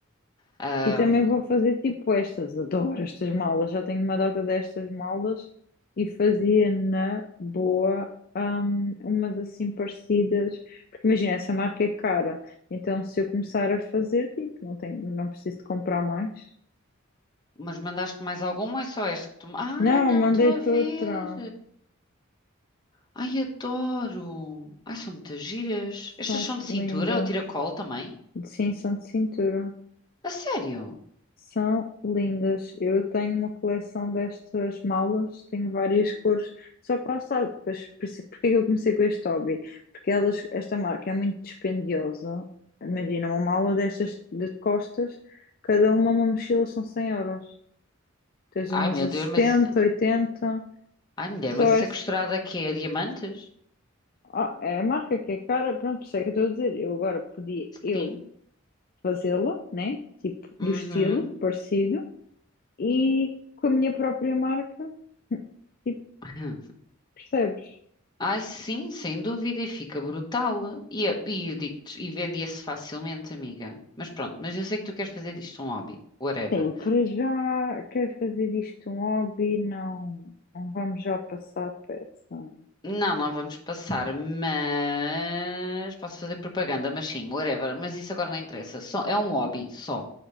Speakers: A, on the left; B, on the left.
A: Ahm,
B: E também vou fazer tipo estas. Adoro estas malas. Já tenho uma data destas malas e fazia na boa. hum, umas assim parecidas, porque imagina, essa marca é cara, então se eu começar a fazer, tipo, não tenho, não preciso de comprar mais.
A: mas mandaste mais alguma ou é só esta que tu. Ai,
B: Não,
A: não,
B: mandei-te
A: estou a ver.
B: outra.
A: Ai, adoro. Ai, são muitas giras. Estas
B: São
A: são de
B: lindas.
A: cintura ou tiracolo também?
B: Sim, são de cintura.
A: A sério?
B: São lindas. Eu tenho uma coleção destas malas, tenho várias cores. Só que lá está, depois, por isso- porque é que eu comecei com este hobby? Porque elas, esta marca é muito dispendiosa. Imagina, uma mala destas de costas, cada uma uma mochila são 100 euros. Tens
A: Ai,
B: umas
A: meu
B: a
A: Deus,
B: setenta
A: mas.
B: oitenta
A: Ai, mulher,
B: Só
A: mas isso
B: é,
A: é costurada que é a diamantes?
B: ah, é a marca que é cara, pronto, por isso é que eu estou a dizer. Eu agora podia, eu
A: Sim.
B: fazê-la, né? Tipo,
A: Uhum.
B: do estilo parecido e com a minha própria marca, <laughs> tipo,
A: <laughs>
B: percebes?
A: Ai, sim, sem dúvida, e fica brutal. E, é- e eu digo-te, e vendia-se facilmente, amiga. Mas pronto, mas eu sei que tu queres fazer disto um hobby, whatever.
B: Sim, para já quer fazer disto um hobby, não, não vamos já passar para essa.
A: Não, não vamos passar, mas posso fazer propaganda, mas sim, whatever. Mas isso agora não interessa, só, é um hobby só.